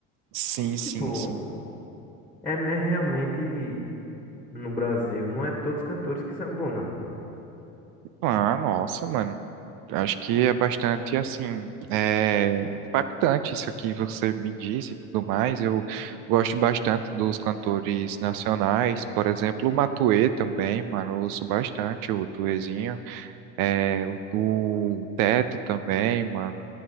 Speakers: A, on the right (about 60°); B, in the centre.
A: Sim,
B: e, tipo,
A: sim, sim.
B: é, é realmente no Brasil, não é todos os cantores que são bons, não.
A: Ah, nossa, mano. Acho que é bastante, assim, é, impactante isso aqui que você me disse e tudo mais. Eu gosto bastante dos cantores nacionais, por exemplo, o Matuê também, mano. Eu ouço bastante o Tuezinho. É, o, o Teto também, mano.